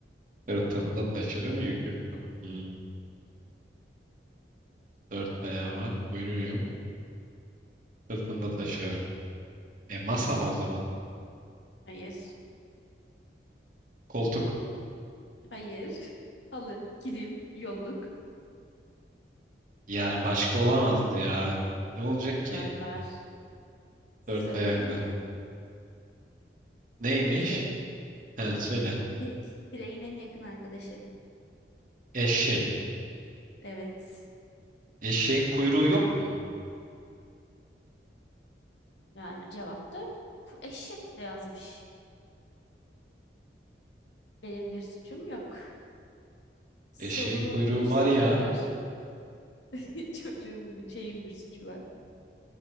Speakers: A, on the right; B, on the left.
A: Sırtımda taşırım. Yüküm çok. Hmm, Dört ayağı var. Kuyruğu yok. Sırtında taşıyor. E masa mı o zaman?
B: Hayır.
A: Koltuk.
B: Hayır. <laughs> Halı, kilim, yolluk.
A: Yani başka olamazdı ya. Ne olacak ki?
B: Var var. Söyleyeyim
A: Dört ayaklı.
B: mi?
A: Neymiş?
B: İpucu vereyim.
A: He söyle.
B: Bir- Pireyin en yakın arkadaşı.
A: Eşek.
B: Evet.
A: Eşeğin kuyruğu yok mu?
B: Yani cevap da ku- eşek de yazmış. Benim bir suçum yok. Sorunun
A: Eşeğin kuyruğu
B: bir suçu
A: var ya.
B: var. <laughs> Çocuğun bir- şeyin bir suçu var.